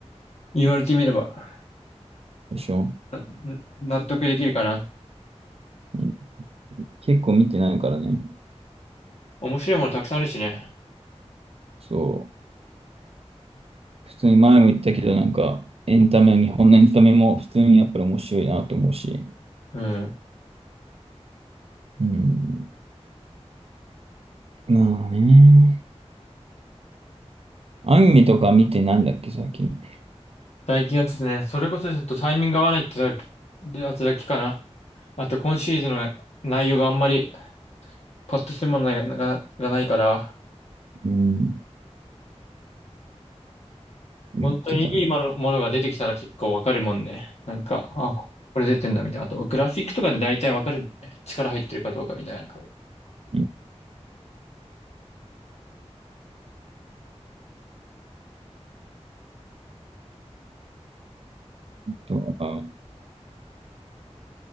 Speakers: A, on the left; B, on the right.
A: 言われてみれば、
B: でしょ、
A: な納得できるかな。
B: うん、結構見てないからね。
A: 面白いものたくさんあるしね。
B: そう。普通に前も言ったけど、なんか、エンタメ、日本のエンタメも普通にやっぱり面白いなと思うし。
A: うん。
B: うん。まあね。アニメとか見てないんだっけ、最近。
A: 最近はちょっとね、それこそちょっとタイミングが合わないってだけやつだけかな。あと今シーズンの内容があんまりパッとするものが、ががないから、
B: うん。言ってたの。
A: 本当にいいものものが出てきたら結構わかるもんね。なんか、あ、ここれ出てんだみたいな。あと、グラフィックとかで大体わかるんだよね。力入ってるかどうかみたいな。
B: うんとか